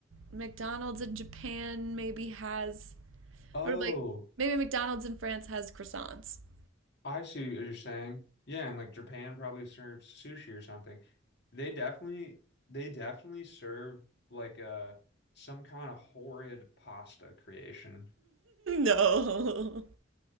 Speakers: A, on the right; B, on the left.
A: McDonald's in Japan maybe has
B: Oh,
A: or like maybe McDonald's in France has croissants. <laughs>
B: I see what you're saying. Yeah, and like Japan probably serves sushi or something. They definitely they definitely serve like a some kind of horrid pasta creation.
A: No.